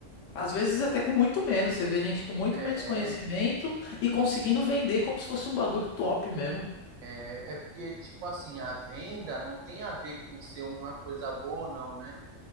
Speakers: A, on the left; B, on the right.
A: Às vezes até com muito menos. Você vê gente com muito
B: é.
A: menos conhecimento e conseguindo vender como se fosse um bagulho top mesmo.
B: É, é porque, tipo assim, a venda não tem a ver com ser uma coisa boa ou não, né?